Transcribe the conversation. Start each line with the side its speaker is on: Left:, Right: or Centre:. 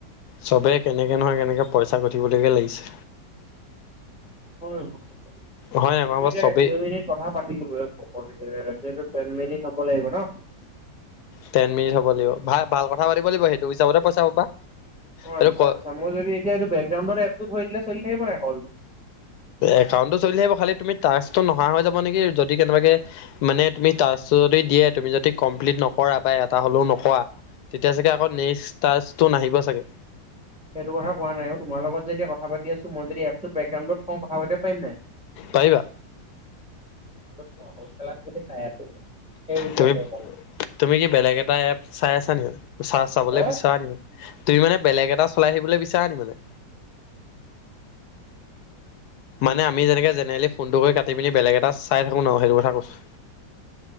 Left: চবেই কেনেকে নহয় কেনেকে পইচা ঘটিবলৈকে লাগিছে।
Centre: <unintelligible>
Left: হয় নাই
Centre: এতিয়া
Left: কোৱা চবেই
Centre: দুই মিনিট কথা পাতিলো <unintelligible> তেন মিনিত হব লাগিব ন'।
Left: টেন মিনিট হ'ব লাইব ভা ভাল কথা পাতিব লাইব সেইটো হিচাপতহে পইচা পাবা।
Centre: অ
Left: সেইটো
Centre: আচ্ছা আচ্ছা, মই যদি এতিয়া এইটো বেকগ্ৰাউণ্ডত এপটো থৈ দিলে চলি থাকিব নাই কলটো?
Left: একাউণ্টটো চলি হিব খালি তুমি ত টো নহা হৈ যাব নেকি যদি কেনেবাকে মানে তুমি টাচটো যদি দিয়ে তুমি যদি কম্লিত ন কৰা পাই এটা হ'লেও নকোৱা তেতিয়া চাগে আকৌ নেক্সট টাচটো নাহিব চাগে।
Centre: সেইটো কথা কোৱা নাই অ তোমাৰ লগত যেতিয়া কথা পাতি আছো মই যদি এপটো বেকগ্ৰউত থওঁ কথা পাতিব পাৰিম নাই?
Left: পাৰিবা?
Centre: <unintelligible>
Left: তুমি-তুমি
Centre: অকন
Left: কি বেলেগ এটা এপ চাই আছা নি মানে? চা-চাবলৈ
Centre: হে
Left: বিচৰা নি, তুমি মানে বেলেগ এটা চলাই থাকিবলৈ বিচাৰা নি মানে? মানে আমি যেনেকে জেনেৰেলি ফোনটো কৰি কাটি পিনি বেলেগ এটা চাই থাকো ন', সেইটো কথা কৈছোঁ।